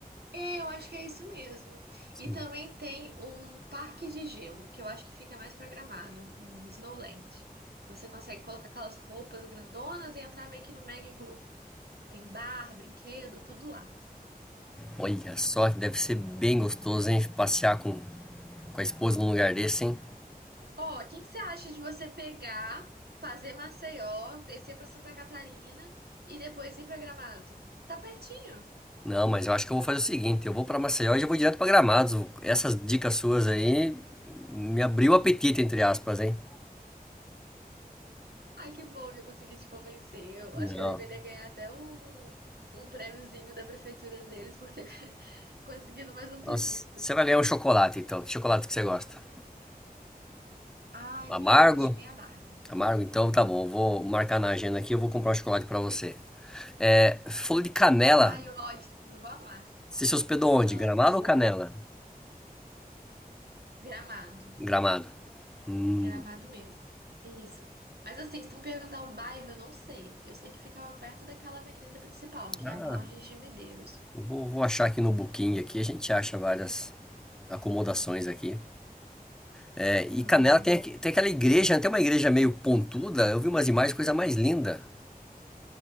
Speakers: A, on the right; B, in the centre.
A: É, eu acho que é isso mesmo.
B: Sim.
A: E também tem um parque de gelo, que eu acho que fica mais pra Gramado, um Snowland. Você consegue colocar aquelas roupas grandonas e entrar meio que no mega iglu. Tem bar, brinquedo, tudo lá.
B: Olha só, deve ser bem gostoso, hein? Passear com com a esposa num lugar desse, hein?
A: Ó, o que que você acha de você pegar, fazer Maceió, descer pra Santa Catarina e depois ir pra Gramado? Tá pertinho.
B: Não, mas eu acho que eu vou fazer o seguinte, eu vou para Maceió e já vou direto para Gramados. Essas dicas suas aí me abriu o apetite, entre aspas, hein?
A: Ai, que bom que eu consegui te convencer. Eu
B: Não.
A: acho que eu deveria ganhar até um, um prêmiozinho da prefeitura deles por ter <laughs> conseguido mais um turista.
B: Nossa, Você vai ganhar um chocolate, então. Que chocolate que você gosta?
A: Ai,
B: Amargo?
A: eu gosto de meio amargo.
B: Amargo? Então tá bom, eu vou marcar na agenda aqui, eu vou comprar um chocolate para você. É, falou de canela.
A: Ai, ótimo, eu vou amar.
B: Você se hospedou onde?
A: Ah,
B: Gramado
A: pode falar.
B: ou Canela?
A: Gramado.
B: Gramado. Hum.
A: Gramado mesmo. Isso. Mas assim, se tu me perguntar o bairro, eu não sei. Eu sei que ficava perto daquela avenida principal, que
B: Ah,
A: é a Borges de Medeiros.
B: eu vou, vou achar aqui no Booking aqui, a gente acha várias acomodações aqui. É, e
A: Aham.
B: Canela tem, aqu- tem aquela igreja, né? tem uma igreja meio pontuda. Eu vi umas imagens, coisa mais linda.